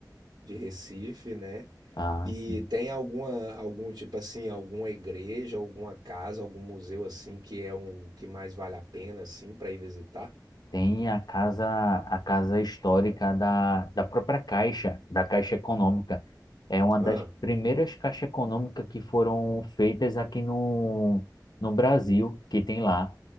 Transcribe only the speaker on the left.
Ah,
sim.
Tem a casa, a casa histórica da, da própria Caixa, da Caixa Econômica. É uma
das primeiras caixas econômicas que foram feitas aqui no, no Brasil, que tem lá.